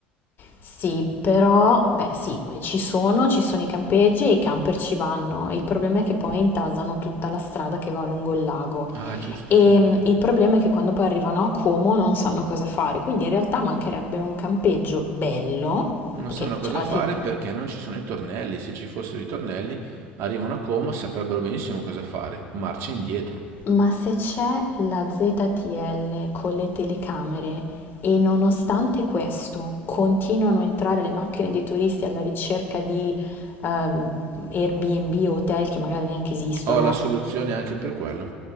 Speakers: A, on the left; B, on the right.
A: Sì, però, beh, sì, ci sono, ci sono i campeggi e i camper ci vanno. Il problema è che poi intasano tutta la strada che va lungo il lago.
B: Ah, giusto,
A: E
B: giusto,
A: mh,
B: giusto.
A: il problema è che quando poi arrivano a Como non sanno cosa fare, quindi in realtà mancherebbe un campeggio bello,
B: Non
A: perché
B: sanno cosa
A: cioè, alla
B: fare
A: fine
B: perché non ci sono i tornelli. Se ci fossero i tornelli, arrivano a Como e saprebbero benissimo cosa fare. Marcia indietro.
A: Ma se c'è la ZTL con le telecamere e nonostante questo continuano a entrare le macchine dei turisti alla ricerca di ehm, Airbnb o hotel che magari neanche esistono,
B: Ho la soluzione anche per quello.